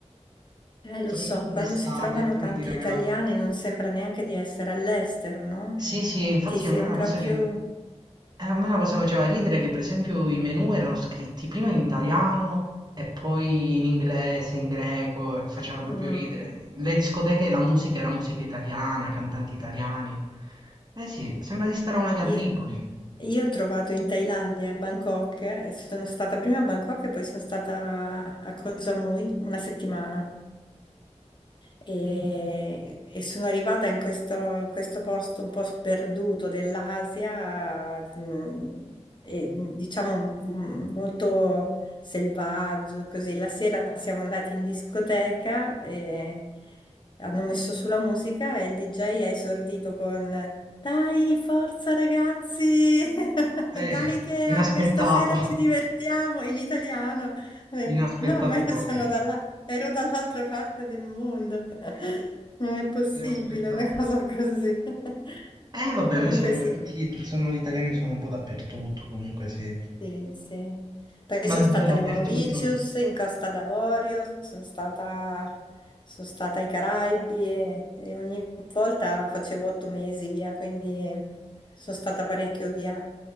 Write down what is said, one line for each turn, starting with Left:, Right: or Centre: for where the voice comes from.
Left: Eh,
Right: Soprattutto
Left: lo so, quando
Right: d'estate,
Left: si trovano
Right: è pieno
Left: tanti
Right: di ragazzi.
Left: italiani non sembra neanche di essere all'estero, no?
Right: Sì, sì, infatti
Left: Ti sembra
Right: a me è una cosa
Left: più...
Right: che... E a me la cosa faceva ridere che, per esempio, i menù erano scritti prima in italiano e poi in inglese, in greco, e faceva proprio
Left: mm,
Right: ridere. Le discoteche, la musica era musica italiana, cantanti italiani. Eh sì, sembra di stare a una Gallipoli.
Left: io, io ho trovato in Thailandia, a Bangkok, e sono stata prima a Bangkok e poi sono stata a Koh Samui una settimana. E,
Right: Mm.
Left: e sono arrivata in questo, in questo posto un po' sperduto dell'Asia, mh, e, mh, diciamo mh, molto selvaggio, così. La sera siamo andati in discoteca e hanno messo sulla musica e il DJ ha esordito con Dai, forza ragazzi! <laughs>
Right: Eh,
Left: Dai
Right: <laughs>
Left: che anche
Right: inaspettato.
Left: stasera ci divertiamo in italiano. Ho detto,
Right: Inaspettato
Left: No, ma io
Right: proprio.
Left: sono dalla Ero dall'altra parte del mondo. <laughs> Non è possibile
Right: Inaspettato.
Left: una cosa così. <laughs>
Right: Eh vabbè,
Left: Comunque
Right: noi siamo
Left: sì,
Right: tutti, sono italiani, sono un po' dappertutto, comunque sì.
Left: Sì, sì. Poi
Right: Ma
Left: sono
Right: davvero
Left: stata
Right: dappertutto.
Left: alle Mauritius, in Costa d'Avorio, sono stata, sono stata ai Caraibi e, e ogni volta facevo otto mesi via, quindi sono stata parecchio via.